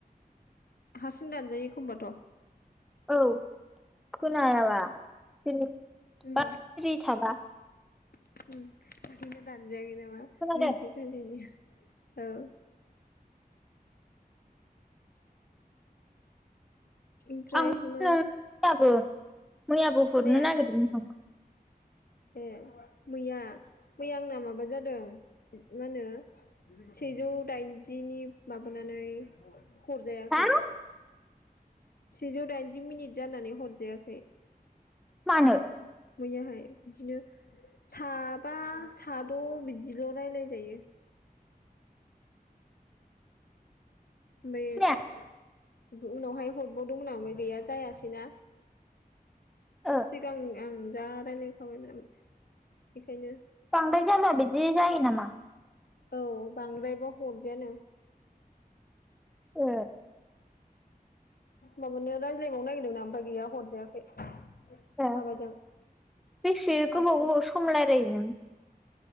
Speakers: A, on the left (about 70°); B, in the centre.
A: हारसिं दानजायो एखमबाथ'
B: औ खोनायाबा सिरि
A: उम
B: थाबा
A: <unintelligible>
B: खोनादों
A: <unintelligible> औ ओमफ्राय
B: आं
A: मा
B: मैयाबो मैयाबो हरनो
A: खोनाया
B: नागिरदोंमोन आं
A: ए मैया मैया आंना मा माबा जादों मा होनो सेजौ दाइनजिनि माबानानै हरजायाखै
B: आं। हा
A: सेजौ दाइनजि मिनिट जानानै हरजायाखै
B: मानो
A: मैयाहाय बिदिनो साबा साद' बिदिल' रायलायजायो बै
B: खोनाया?
A: उनावहाय हरबावदोंमोन आं ओमफाय गैया जायासैना
B: ओ
A: सिगांनिया ओं जा <unintelligible> बेखायनो
B: बांद्राय जाबा बिदि जायो नामा
A: औ बांद्रायबा हरजायानो
B: ओ
A: माबानो रायज्लायबावनो नागिरदोंमोन आं ओमफाय गैया हरजायाखै
B: ए
A: माबाजों
B: बेसे
A: सासे
B: गोबाव गोबाव सम रायलायो नों